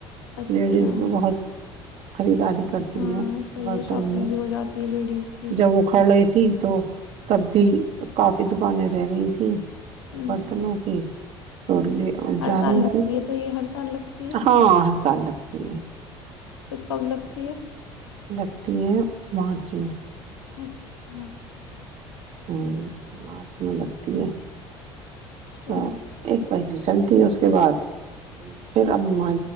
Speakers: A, on the left; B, on the right.
A: اچھا
B: لیڈیز بھی بہت خریداری کرتی
A: ہاں
B: ہے
A: صحیح
B: برتن
A: ہے شاپنگ
B: میں
A: بھی ہو جاتی ہے لیڈیز کی
B: جب اکھھڑ رہی تھی تو تب بھی کافی دکانیں رہ گئی تھیں
A: ہوں
B: برتن ہو کے تو لے
A: ہر
B: جا
A: سال
B: رہی
A: لگتی
B: تھی
A: ہے تو یہ ہر سال لگتی ہے
B: ہاں ہر سال لگتے ت <inaudible>
A: تو کب لگتی ہے
B: ت <unintelligible> مارچ میں
A: اچ ہاں
B: ہوں مارچ میں لگتی ہے
A: اچھا
B: تو ایک پہل چلتی ہے اس کے بعد پھر اب وہاں